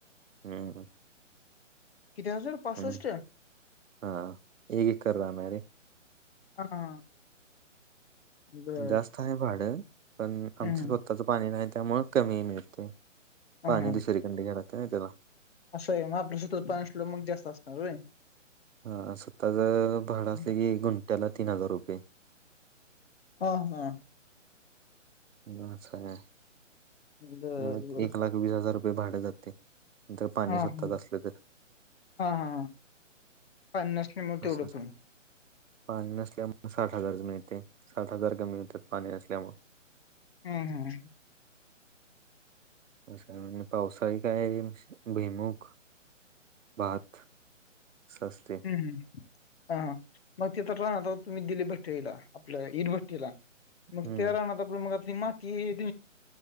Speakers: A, on the right (about 75°); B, on the left (about 50°).
A: हम्म!
B: किती हजार पासष्ट.
A: हम्म हा एक एकर रान आहे रे.
B: हा.. बर
A: जास्त आहे भाडं पण आमचं
B: हम्म
A: स्वतःचं पाणी नाही त्यामुळे कमी मिळते.
B: हा
A: पाणी
B: हा
A: दुसरीकंडे घालात नाही त्याला.
B: असं आहे मग आपलं सत पननास ललो मग जास्त असणार होय.
A: हा स्वतःच भाडं असले
B: हम्म.
A: की गुंट्याला तीन हजार रुपये.
B: हा, हा.
A: बस आहे
B: बर
A: म
B: बर
A: एक लाख वीस हजार रुपये भाडे जातय. जर पाणी
B: हा
A: स्वतःच
B: हा
A: असल तर.
B: हा हा पाणी नसल्यामुळ
A: असं
B: तेवढं पण
A: पाणी नसल्यामु साठ हजारच मिळते, साठ हजार कमी होतात पाणी नसल्यामुळ.
B: हम, हम.
A: कशान. पावसाळी काय भिमुख, भात असं असते.
B: हम्म हा मग ते तर राहणार तुम्ही दिले भट्टेळीला आपल्या इर भट्टेला. मग
A: हम्म
B: ते रानात मग आपण मातीम बाहेर